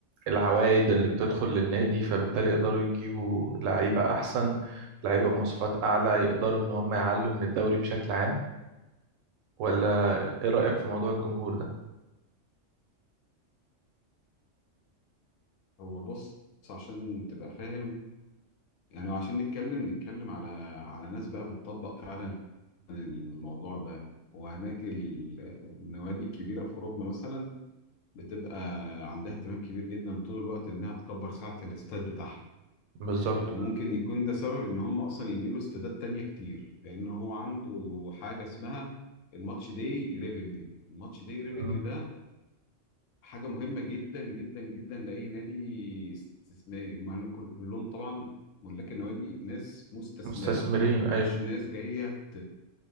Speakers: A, on the right; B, on the left.
A: العوائد اللي بتدخل للنادي فبالتالي يقدروا يجيبوا لعيبة أحسن لعيبة بمواصفات أعلى يقدروا إن هم يعلوا من الدوري بشكل عام ولا إيه رأيك في موضوع الجمهور ده؟
B: هو بص بص، عشان تبقى فاهم يعني عشان نتكلم نتكلم على على ناس بقى بتطبق فعلا الموضوع ده وهناك ال- النوادي الكبيرة في أوروبا مثلا بتبقى عندها اهتمام كبير جدا طول الوقت إنها تكبر سعة الاستاد بتاعها
A: بالظبط
B: وممكن يكون ده سبب إن هم أصلا ينقلوا استادات تانية كتير لأن هو عنده حاجة اسمها الماتش داي ريفينيو الماتش داي ريفينيو
A: مم.
B: ده حاجة مهمة جدا جدا جدا لأي نادي استثماري هم هنا كل- كلهم طبعا ملاك النوادي ناس مستثمرة
A: مستثمرين أيوه
B: مش ناس جاية